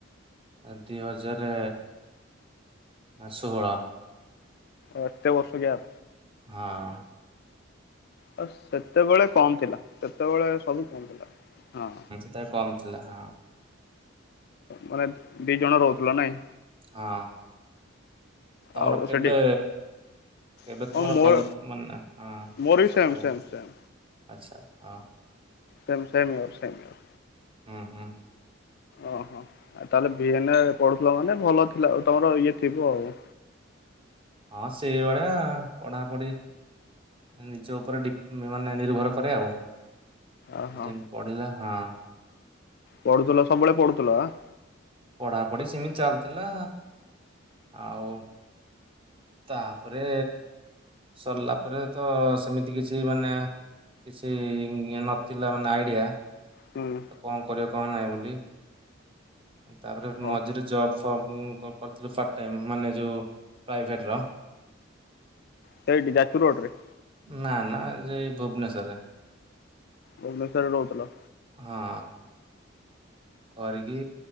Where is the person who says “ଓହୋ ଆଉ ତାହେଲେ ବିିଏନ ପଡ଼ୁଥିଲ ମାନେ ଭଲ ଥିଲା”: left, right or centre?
Left